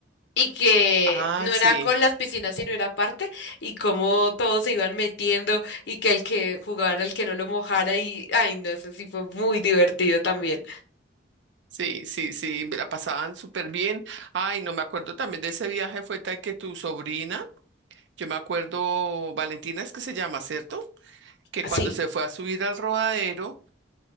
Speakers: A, on the left; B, on the right.
A: y que
B: Ah,
A: no
B: sí.
A: era con las piscinas, sino era aparte, y cómo todos se iban metiendo y que el que jugaban al que no lo mojara y, ay, no, eso sí fue muy divertido también.
B: Sí, sí, sí, me la pasaban súper bien. Ay, no me acuerdo también de ese viaje, fue tal que tu sobrina. Yo me acuerdo, Valentina es que se llama, ¿cierto? Que
A: Ah,
B: cuando
A: Sí,
B: se fue a subir al rodadero